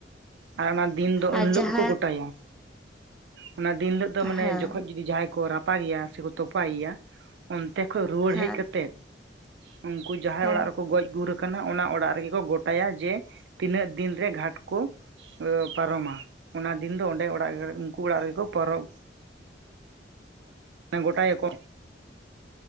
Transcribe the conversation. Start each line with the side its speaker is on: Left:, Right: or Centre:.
Right: ᱟᱨ ᱚᱱᱟ ᱫᱤᱱ ᱫᱚ
Centre: ᱟᱨ
Right: ᱩᱱ ᱦᱤᱞᱚᱜ
Centre: ᱡᱟᱦᱟᱸ
Right: ᱜᱮᱠᱚ ᱜᱚᱴᱟᱭᱟ᱾ ᱚᱱᱟ ᱫᱤᱱ ᱦᱤᱞᱳᱜ ᱫᱚ ᱢᱟᱱᱮ
Centre: ᱦᱮᱸ
Right: ᱡᱚᱠᱷᱚᱱ ᱡᱩᱫᱤ ᱡᱟᱦᱟᱸᱭ ᱠᱚ ᱨᱟᱯ ᱯᱟᱜᱮᱭᱟ ᱥᱮᱠᱚ ᱛᱚᱯᱟᱭᱮᱭᱟ ᱚᱱᱛᱮ ᱠᱷᱚᱡ ᱨᱩᱣᱟᱹᱲ
Centre: ᱦᱮᱸ
Right: ᱦᱮᱡ ᱠᱟᱛᱮᱫ ᱩᱱᱠᱩ ᱡᱟᱦᱟᱸᱭ
Centre: ᱦᱮᱸ
Right: ᱚᱲᱟᱜ ᱨᱮᱠᱚ ᱜᱚᱡ ᱜᱩᱨ ᱠᱟᱱᱟ ᱚᱱᱟ ᱚᱲᱟᱜ ᱨᱮᱜᱮ ᱠᱚ ᱜᱚᱴᱟᱭᱟ ᱡᱮ, ᱛᱤᱱᱟᱹᱜ ᱫᱤᱱ ᱨᱮ ᱜᱷᱟᱴ ᱠᱚ᱾ ᱚ ᱯᱟᱨᱚᱢᱟ ᱚᱱᱟ ᱫᱤᱱ ᱫᱚ ᱚᱸᱰᱮ ᱚᱲᱟᱜ ᱩᱱᱠᱩ ᱚᱲᱟᱜ ᱨᱮᱜᱮ ᱠᱚ ᱯᱟᱨᱚᱢ ᱜᱚᱴᱟᱭᱟ ᱠᱚ᱾